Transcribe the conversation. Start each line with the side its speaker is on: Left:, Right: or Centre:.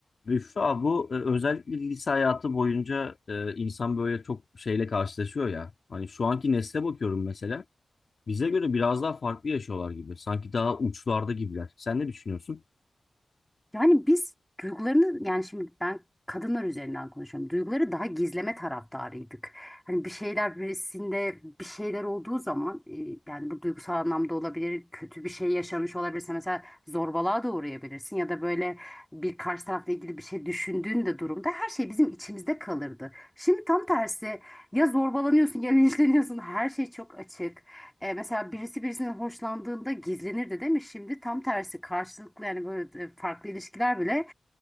Left: Büşra bu e, özellikle lise hayatı boyunca e, insan böyle çok şeyle karşılaşıyor ya. Hani şu anki nesle bakıyorum mesela. Bize göre biraz daha farklı yaşıyorlar gibi. Sanki daha uçlarda gibiler. Sen ne düşünüyorsun?
Centre: Yani biz duygularını yani şimdi ben kadınlar üzerinden konuşuyorum. Duyguları daha gizleme taraftarıydık. Hani bir şeyler birisinde bir şeyler olduğu zaman e, yani bu duygusal anlamda olabilir, kötü bir şey yaşamış olabilirse mesela zorbalığa da uğrayabilirsin ya da böyle bir karşı tarafla ilgili bir şey düşündüğün de durumda her şey bizim içimizde kalırdı. Şimdi tam tersi ya zorbalanıyorsun ya <laughs> linçleniyorsun her şey çok açık. E, mesela birisi birisinin hoşlandığında gizlenirdi değil mi? Şimdi tam tersi karşılıklı yani böyle e, farklı ilişkiler bile